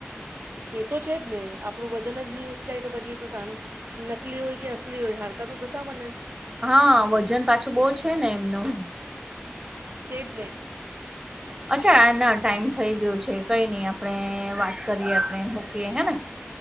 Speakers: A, on the right (about 60°); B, on the right (about 20°).
A: એ તો છે જ ને, આપણું વજન જ નહીં ઉંચકાય તો પછી એ તો નકલી હોય કે અસલી હોય, હાડકા તો સામાન્ય જ
B: હા વજન પાછું બહુ છેને, એમનું
A: તેજને
B: અચ્છા ના ટાઈમ થઈ ગયું છે કઈ નઈ આપણેે વાત કરીએ આપણે મૂકીએ હેને.